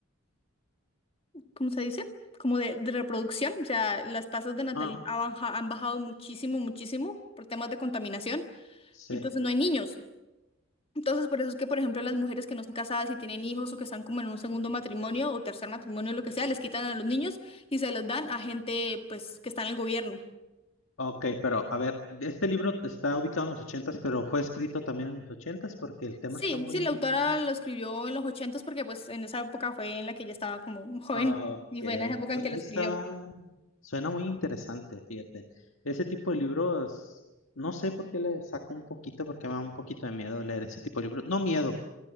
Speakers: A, on the left; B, on the left.
A: ¿cómo se dice? Como de, de reproducción. O sea, las tasas de natalidad
B: Ajá.
A: ha baja- han bajado muchísimo, muchísimo por temas de contaminación.
B: Sí.
A: Y entonces no hay niños. Entonces, por eso es que, por ejemplo, las mujeres que no están casadas y tienen hijos o que están como en un segundo matrimonio o tercer matrimonio, lo que sea, les quitan a los niños y se los dan a gente, pues, que está en el gobierno.
B: Ok, pero a ver, este libro está ubicado en los ochentas, pero fue escrito también en los ochentas porque el tema
A: Sí,
B: está muy...
A: sí, la autora lo escribió en los ochentas porque, pues, en esa época fue en la que ella estaba como joven
B: ah, Ok.
A: y fue en esa época en que lo
B: Está...
A: escribió.
B: Suena muy interesante, fíjate. Ese tipo de libros, no sé por qué le saco un poquito, porque me da un poquito de miedo leer ese tipo de libros. No miedo,